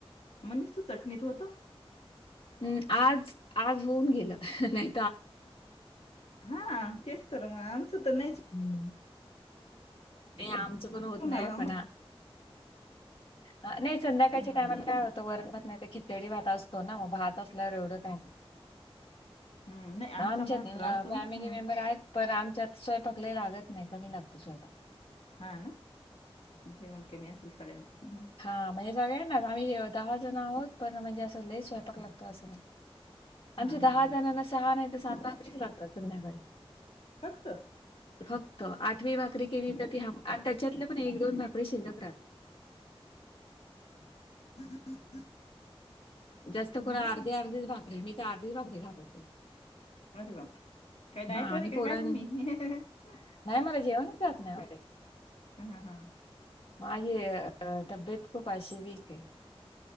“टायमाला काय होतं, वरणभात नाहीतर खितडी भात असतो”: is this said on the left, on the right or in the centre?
Left